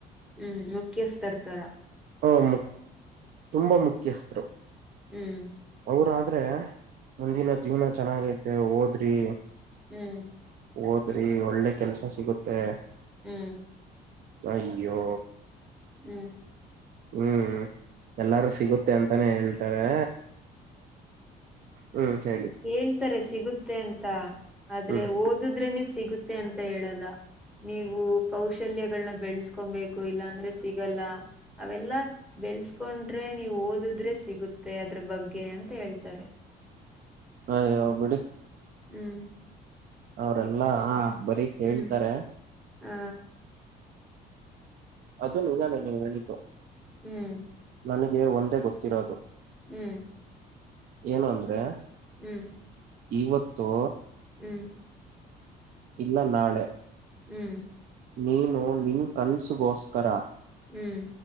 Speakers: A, in the centre; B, on the right (about 60°).
A: ಹ್ಮ್ ಮುಖ್ಯಸ್ ತರ್ತಾರ
B: ಹ ಮು ತುಂಬಾ ಮುಖ್ಯಸ್ಥರು
A: ಹ್ಮ್
B: ಅವ್ರ ಆದ್ರೆ ಮುಂದಿನ ಜೀವನ ಚೆನ್ನಾಗೈತೆ ಓದರಿ
A: ಹ್ಮ್
B: ಓದರಿ ಒಳ್ಳೆ ಕೆಲ್ಸ ಸಿಗುತ್ತೆ
A: ಹ್ಮ್
B: ಅಯ್ಯೋ
A: ಹ್ಮ್
B: ಹ್ಮ್ ಎಲ್ಲಾರು ಸಿಗುತ್ತೆ ಅಂತಾನೇ ಹೇಳ್ತಾರೆ ಹ್ಮ್ ಹೇಳಿ
A: ಹೇಳ್ತಾರೆ ಸಿಗುತ್ತೆ ಅಂತ ಆದ್ರೆ
B: ಹ್ಮ್
A: ಓದಿದ್ರೇನೆ ಸಿಗುತ್ತೆ ಅಂತ ಹೇಳಲ್ಲ ನೀವು ಕೌಶಲ್ಯಗಳನ್ನ ಬೆಳೆಸ್ಕೊಬೇಕು ಇಲ್ಲ ಅಂದ್ರೆ ಸಿಗಲ್ಲ ಅವೆಲ್ಲಾ ಬೆಳ್ಸ್ಕೊಂಡ ಆದ್ರೆ ನೀವು್ ಓದಿದ್ರೆ ಸಿಗುತ್ತೆ ಅದ್ರ ಬಗ್ಗೆ ಅಂತ ಹೇಳ್ತಾರೆ
B: ಅಯ್ಯೋ ಬಿಡಿ
A: ಹ್ಮ್
B: ಅವ್ರೆಲ್ಲಾ ಹಾ ಬರೀ
A: ಹ್ಮ್
B: ಹೇಳ್ತಾರೆ
A: ಹಾ
B: ಅದು <unintelligible>
A: ಹ್ಮ್
B: ನನಗೆ ಒಂದೇ ಗೊತ್ತಿರೋದು
A: ಹ್ಮ್
B: ಏನು ಅಂದ್ರೆ
A: ಹ್ಮ್
B: ಇವತ್ತು
A: ಹ್ಮ್
B: ಇಲ್ಲ ನಾಳೆ
A: ಹ್ಮ್
B: ನೀನು ನಿನ್ ಕನಸಗೋಸ್ಕರ
A: ಹ್ಮ್